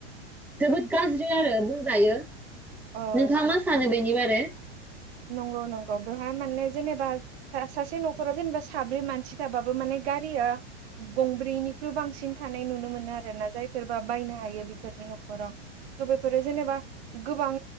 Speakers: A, in the centre; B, on the right.
A: जोबोद गाज्रि आरो बुंजायो।
B: औ
A: नोंथाङा मा सानो बे--? नि बारै?
B: नंगौ नंगौ बेवहाय माने जेनेबा सासे न'खराव जेनेबा साब्रै मानसि थाबाबो माने गारिया गंब्रैनिख्रुइ बांसिन थानाय नुनो मोनो आरोना जायफोरबा बायनो हायो। बेफोरनि न'खराव थ' बेफोरो जेनेबा गोबां